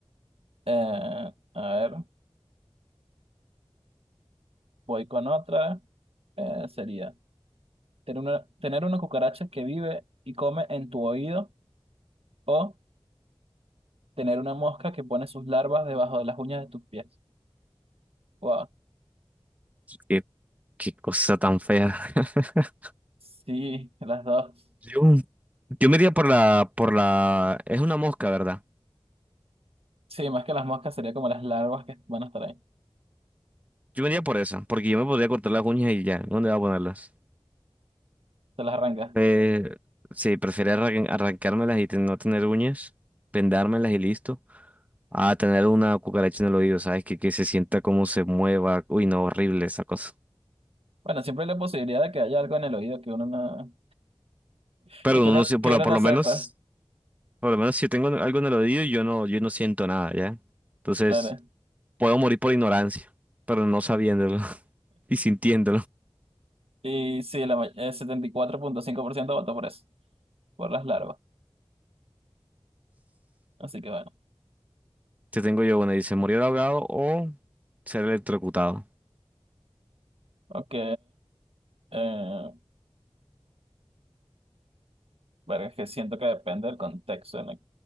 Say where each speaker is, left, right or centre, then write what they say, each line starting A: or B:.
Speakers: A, on the right; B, on the right.
A: Eh, a ver, voy con otra. eh, sería... Tener una, tener una cucaracha que vive y come en tu oído o tener una mosca que pone sus larvas debajo de las uñas de tus pies. Wow.
B: Qué, qué cosa tan fea. <laughs>
A: Sí, las dos.
B: Yo, yo me iría por la, por la... Es una mosca, ¿verdad?
A: Sí, más que las moscas sería como las larvas que van a estar ahí.
B: Yo me iría por esa, porque yo me podría cortar las uñas y ya. ¿Dónde voy a ponerlas?
A: Se las arrancas.
B: Eh, sí, prefiero arran- arrancármelas y ten- no tener uñas, vendármelas y listo, a tener una cucaracha en el oído, ¿sabes? Que, que se sienta cómo se mueva. Uy, no, horrible esa cosa.
A: Bueno, siempre hay la posibilidad de que haya algo en el oído que uno no,
B: Pero
A: y que
B: uno
A: uno,
B: no sé, por,
A: que uno
B: lo- por
A: no
B: lo
A: sepa.
B: menos, por lo menos si yo tengo algo en el oído, yo no, yo no siento nada, ¿ya? Entonces,
A: Claro.
B: puedo morir por ignorancia, pero no sabiéndolo <laughs> y sintiéndolo.
A: Y sí, la, ma- el setenta y cuatro punto cinco por ciento votó por eso, por las larvas. Así que bueno.
B: Te tengo yo, bueno, dice, morir ahogado o ser electrocutado.
A: Ok. Eh, Verga, es que siento que depende del contexto. en el-